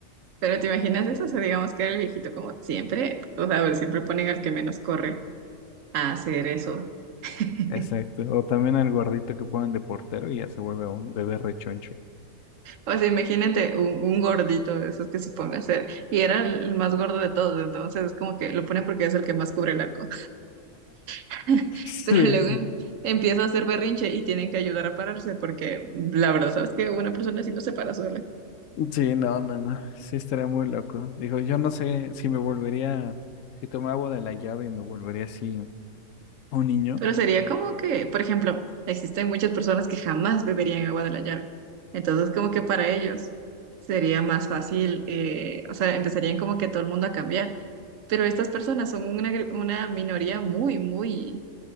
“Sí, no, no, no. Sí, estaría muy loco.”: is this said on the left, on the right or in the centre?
Left